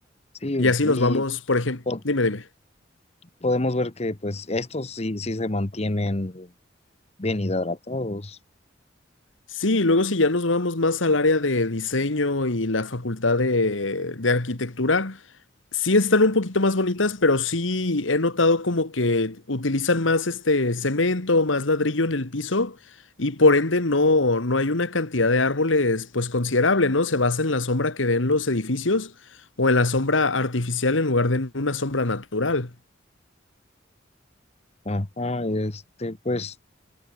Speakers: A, on the left; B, on the left.
A: Sí,
B: Y así
A: y
B: nos vamos, por ejemplo,
A: po-
B: dime, dime.
A: podemos ver que pues estos sí, sí se mantienen bien hidratados.
B: Sí, luego si ya nos vamos más al área de diseño y la facultad de, de arquitectura, sí están un poquito más bonitas, pero sí he notado como que utilizan más este cemento, más ladrillo en el piso y por ende no, no hay una cantidad de árboles pues considerable, ¿no? Se basa en la sombra que den los edificios o en la sombra artificial en lugar de en una sombra natural.
A: Ajá, este, pues